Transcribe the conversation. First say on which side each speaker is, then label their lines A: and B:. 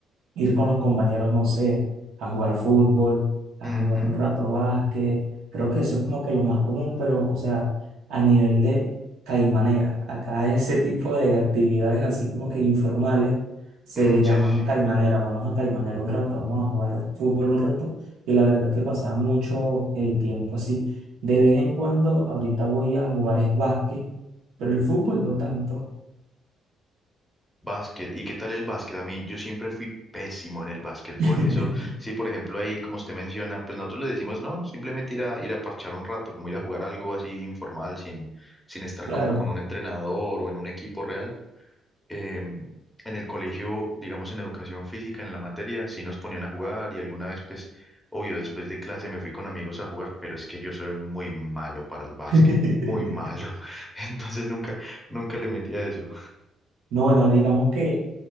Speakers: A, on the right; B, in the centre.
A: ir con los compañeros, no sé, a jugar fútbol, a
B: ujú,
A: jugar un rato básquet. Creo que eso es como que lo más común, pero, o sea, a nivel de caimanera, acá ese tipo de actividades así como que informales se
B: mm,
A: le llaman
B: sí, sí,
A: caimanera.
B: sí.
A: Vamos a caimanera un rato, vamos a jugar fútbol un rato. Y la verdad que pasaba mucho el tiempo así. De vez en cuando, ahorita voy a jugar es básquet, pero el fútbol no tanto.
B: Básquet. ¿Y qué tal el básquet? A mí, yo siempre fui pésimo en el básquetbol.
A: <laughs>
B: Eso, sí, por ejemplo, ahí, como usted menciona, pues nosotros le decimos, no, no, simplemente ir a, ir a parchar un rato, como ir a jugar algo así informal, sin, sin estar
A: Claro.
B: como con un entrenador o en un equipo real. eh, en el colegio, digamos en educación física, en la materia, sí nos ponían a jugar y alguna vez, pues, obvio, después de clase me fui con amigos a jugar, pero es que yo soy muy malo para el básquet,
A: <laughs>
B: muy malo. <laughs> Entonces nunca, nunca le metí a eso.
A: No, bueno, digamos que